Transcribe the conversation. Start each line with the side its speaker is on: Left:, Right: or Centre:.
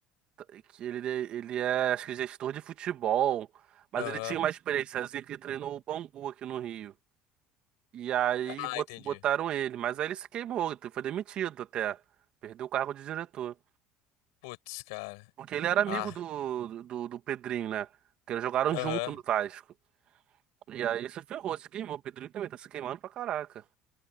Right: tá- que ele, ele é, acho que, gestor de futebol. Mas
Left: Aham.
Right: ele tinha uma experiência, assim, que treinou o Bangu aqui no Rio. E aí
Left: Ah,
Right: bot-
Left: entendi.
Right: botaram ele. Mas aí ele se queimou, ele foi demitido até. Perdeu o cargo de diretor.
Left: Putz, cara.
Right: Porque ele era amigo
Left: Ah,
Right: do, do, do Pedrinho, né? Porque eles jogaram
Left: aham.
Right: junto no Vasco. E aí se ferrou, se queimou. O Pedrinho também tá se queimando pra caraca.